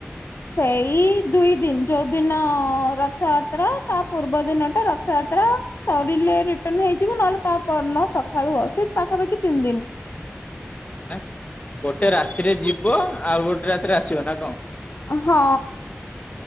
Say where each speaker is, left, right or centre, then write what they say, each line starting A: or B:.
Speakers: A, on the left (about 60°); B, on the left (about 30°).
A: ସେଇ ଦୁଇ ଦିନ ଯୋଉଦିନ ରଥଯାତ୍ରା ତା ପୂର୍ବ ଦିନଟା ରଥଯାତ୍ରା। ସରିଲେ ରିଟର୍ନ ହେଇଯିବୁ ନହେଲେ ତା ପରଦିନ ସକାଳୁ ବସ୍ ସେଇ ପାଖାପାଖି ତିନି ଦିନ।
B: ନା ଗୋଟେ ରାତିରେ ଯିବ ଆଉ ଗୋଟେ ରାତିରେ ଆସିବ ନା କଣ?
A: ହଁ।